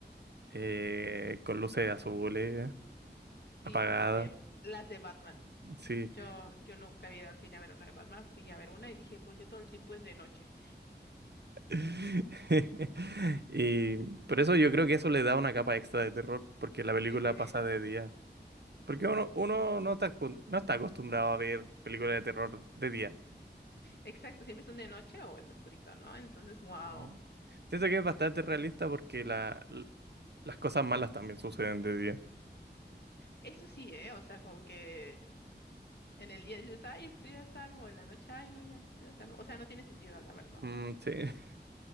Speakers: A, on the right; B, on the left.
A: eh, con luces azules, apagada.
B: Sí, como las de las de Batman.
A: Sí.
B: Yo, yo nunca había ido al cine a ver una de Batman, fui a ver una y dije, ¿por qué todo el tiempo es de noche?
A: <laughs> Y por eso yo creo que eso le da una capa extra de terror, porque la película
B: Sí, sí.
A: pasa de día. Porque uno, uno no está, acu- no está acostumbrado a ver películas de terror de día.
B: Exacto, siempre están de noche o en lo oscurito, ¿no? Entonces, wow.
A: Sí. Siento que es bastante realista porque la, l- las cosas malas también suceden de día.
B: Eso sí, ¿eh? O sea, como que en el día dices, ay, estoy a salvo, en la noche, ay, no, ya no estoy a salvo. O sea, no tiene sentido, la verdad.
A: Mm, sí, <laughs>